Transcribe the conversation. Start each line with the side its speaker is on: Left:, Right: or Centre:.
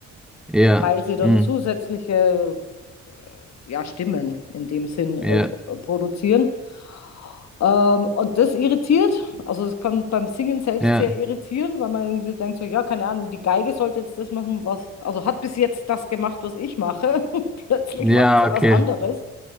Centre: ja,
Left: weil sie dann
Centre: mm,
Left: zusätzliche ja, Stimmen in dem Sinn äh,
Centre: ja,
Left: pro- produzieren. Ähm, und das irritiert, also es kann beim Singen selbst
Centre: ja,
Left: sehr irritieren, weil man irgendwie denkt so, ja, keine Ahnung, die Geige sollte jetzt das machen, was, also hat bis jetzt das gemacht, was ich mache, <laughs> plötzlich
Centre: ja,
Left: macht sie
Centre: okay,
Left: was anderes.